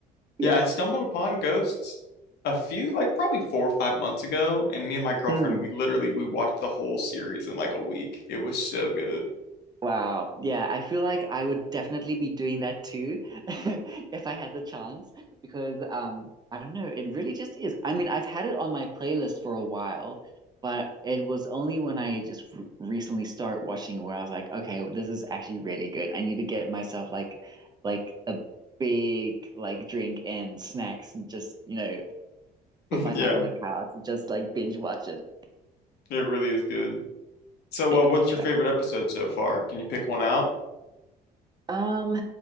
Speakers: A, on the right; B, on the left.
A: yeah.
B: yeah, I stumbled upon Ghosts a few like probably 4 or 5 months ago and me and my girlfriend
A: Hmm.
B: we literally we watched the whole series in like a week. It was so good.
A: Wow. Yeah, I feel like I would definitely be doing that too <laughs> if I had the chance because um I don't know, it really just is. I mean, I've had it on my playlist for a while, but it was only when I just r recently start watching where I was like, okay, well, this is actually really good. I need to get myself like like a big like drink and snacks and just, you know,
B: <laughs>
A: put myself
B: Yeah,
A: on the couch and just like binge watch it.
B: it really is good. So,
A: Yeah.
B: uh, what's your favorite episode so far? Can you pick one out?
A: Um,